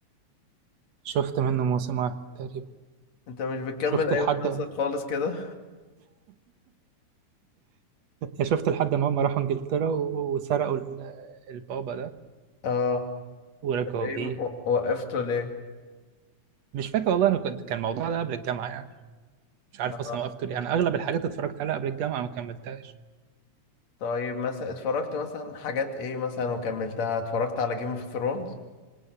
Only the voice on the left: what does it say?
انت مش بتكمل
اي
مسلسل خالص كده
اه
طب ايه
و- وقفته ليه
اه
طيب مثلا اتفرجت مثلا حاجات ايه مثلا وكملتها اتفرجت على جيم اوف ثرونز